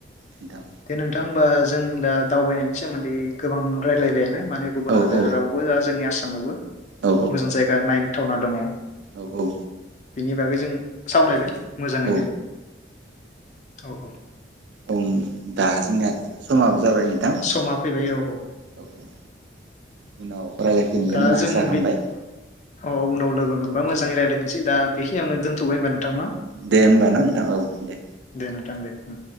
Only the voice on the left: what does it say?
दे नोंथां होमबा जों दा दावबायनायनि सोमोन्दै गोबां रायलायबायानो। माने गुबुन
हादोरावबो
आरो जोंनि आस आंनावबो
मोजां जायगा नायन थावना दङ।
बिनि बागै जों सावरायबाय मोजाङैनो
औ औ।
समा फैबाय औ औ।
दा
जों
बि अ उनाव लोगो मोनबा मोजाङै रायलायफिनसै दा बेखिनियावनो दोनथ'बाय होनबा नोंथां न?
दे नोंथां दे औ